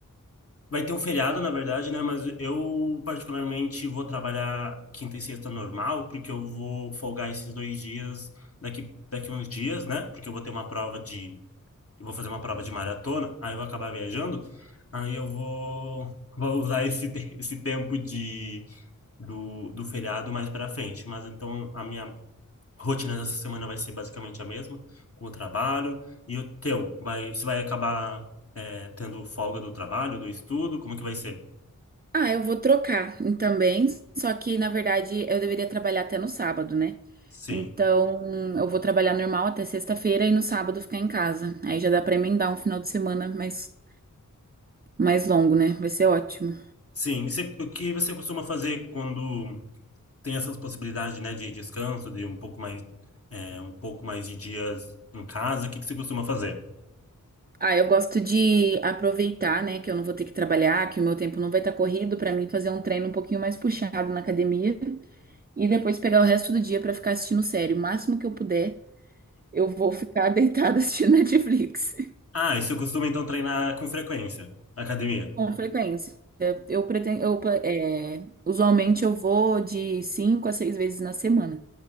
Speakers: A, on the left; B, on the right.
A: Vai ter um feriado, na verdade, né? Mas eu, particularmente, vou trabalhar quinta e sexta normal, porque eu vou folgar esses dois dias daqui, daqui uns dias, né? Porque eu vou ter uma prova de. Eu vou fazer uma prova de maratona, aí eu vou acabar viajando. Aí eu vou, vou usar esse, te- esse tempo de do, do feriado mais para frente. Mas então a minha rotina dessa semana vai ser basicamente a mesma, com o trabalho. E o teu, vai, você vai acabar é, tendo folga do trabalho, do estudo? Como que vai ser?
B: Ah, eu vou trocar também, só que na verdade eu deveria trabalhar até no sábado, né?
A: Sim.
B: Então, eu vou trabalhar normal até sexta-feira e no sábado ficar em casa. Aí já dá pra emendar um final de semana mais, mais longo, né? Vai ser ótimo.
A: Sim. E Você, o que você costuma fazer quando tem essas possibilidades, né, de descanso, de um pouco mais, é, um pouco mais de dias em casa? O que que você costuma fazer?
B: Ah, eu gosto de aproveitar, né, que eu não vou ter que trabalhar, que o meu tempo não vai estar corrido pra mim fazer um treino um pouquinho mais puxado na academia. E depois pegar o resto do dia pra ficar assistindo série. O máximo que eu puder, eu vou ficar <laughs> deitada assistindo Netflix. <laughs>
A: Ah, e você costuma então treinar com frequência? Academia.
B: Com frequência. Eu pretendo, eu, é, usualmente eu vou de cinco a seis vezes na semana.